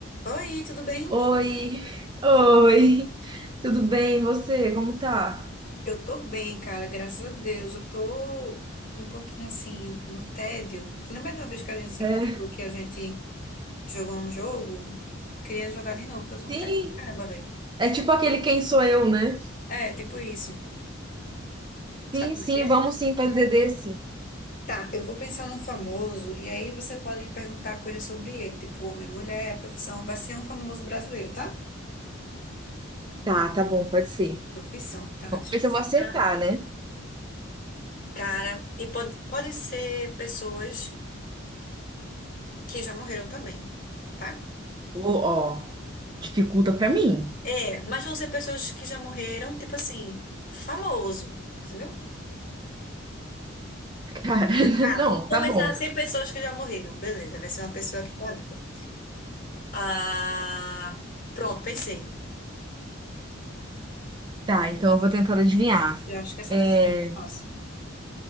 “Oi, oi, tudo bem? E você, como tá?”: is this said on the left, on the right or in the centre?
Right